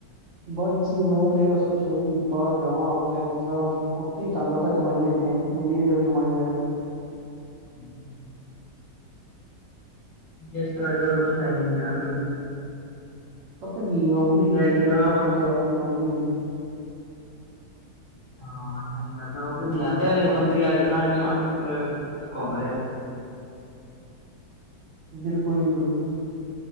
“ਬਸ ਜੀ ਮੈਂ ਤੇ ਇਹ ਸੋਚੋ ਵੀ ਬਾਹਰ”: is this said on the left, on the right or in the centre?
Right